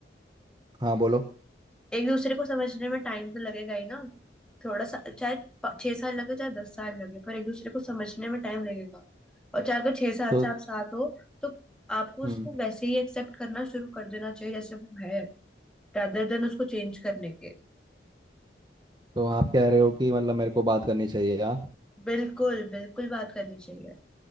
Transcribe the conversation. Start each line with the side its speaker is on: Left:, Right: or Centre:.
Right: हाँ बोलो
Centre: एक दूसरे को समझने में टाइम तो लगेगा ही ना थोड़ा सा चाहे प- छह साल लगे चाहे दस साल लगे पर एक दूसरे को समझने में टाइम लगेगा और चाहे अगर छह साल
Right: तो
Centre: से आप साथ हो तो आपको उसको
Right: हम्म
Centre: वैसे ही एक्सेप्ट करना शुरू कर देना चाहिए जैसे वो है rather देन उसको चेंज करने के
Right: तो आप कह रहे हो कि मतलब मेरे को बात करनी चाहिए यार
Centre: बिल्कुल बिल्कुल बात करनी चाहिए